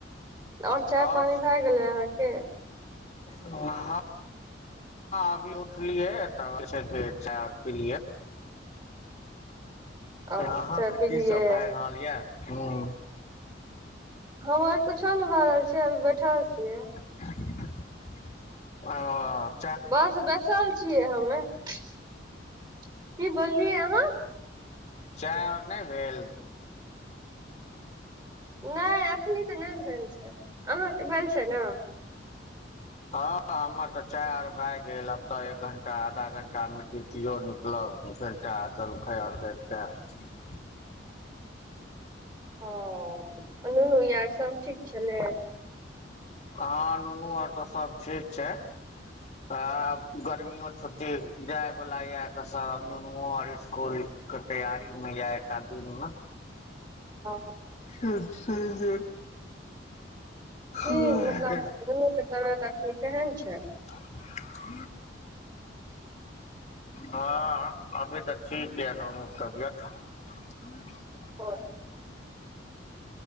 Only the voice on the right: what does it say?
और चाय
पानी भऽ गेलै अहाँकेँ।
ओ
चाय पिलियै
हमर किछो नहि भऽ रहल अछि, अभी बैठल छियै।
बस बैसल छियै हम, की बोललियै अहाँ।
नहि एखन तऽ नहि भेल छै, अहाँके भेल छै ने।
ओ ननू यार सब ठीक छलै।
हां।
कि मतलब नुनु के तबियत अखैन केहन छै?
<unintelligible>